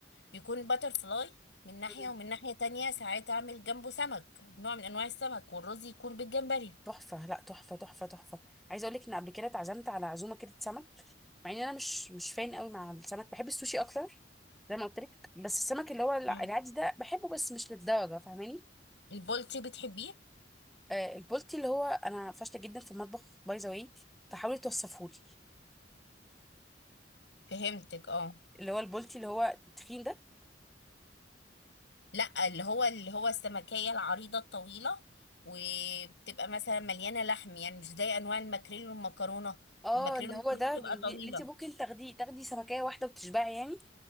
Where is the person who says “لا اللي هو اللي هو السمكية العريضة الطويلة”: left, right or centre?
Left